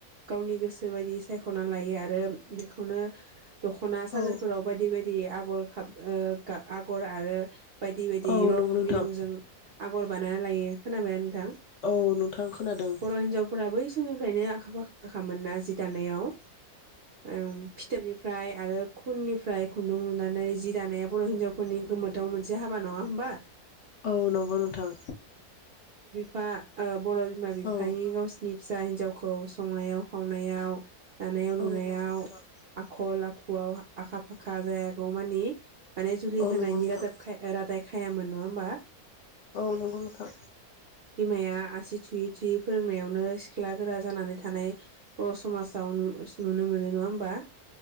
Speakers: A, on the right; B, on the left.
A: गावनि गोसो बायदि सायखना लायो आरो बेखौनो दखना सानदोरफोराव
B: औ
A: बायदि बायदि आगर खाब ओ गा आगर आरो बायदि बायदि
B: औ
A: रं
B: नंगौ नोंथां
A: बिरंजों आगर बानायना लायो खोना बाय नोंथां
B: औ नोंथां खोनादों
A: बर' हिनजावफोरा बै स मनिफ्रायनो आखा फा खाखामोनना जि दानायाव औ फिथोबनिफ्राय आरो खुननिफ्राय खुन्दुं लुनानै जि दानाया बर' हिन्जावफोरनि गोमोथाव मोनसे हाबा नङा होमबा?
B: औ नंगौ नोंथां।
A: फा ओ बर' बिमा बिफानि
B: औ
A: गावसिनि फिसा हिनजावखौ औ संनायाव खावनायाव दानायाव लुनायाव
B: औ नंगौ नोंथां
A: आखल आ खुआव आखा फाखा जायागौ मानि माने जुलि
B: औ
A: होनायनि
B: नंगौ नोंथां
A: रादाब खा ओ रादाय खायामोन नङा ओमबा?
B: औ नोंगौ नोंथां
A: बिमाया आसि थुयै थुयै फोरोंनायावनो सिख्ला गोरा जानानै थानाय बर' समाजाव नुनो मोनो नङा होमबा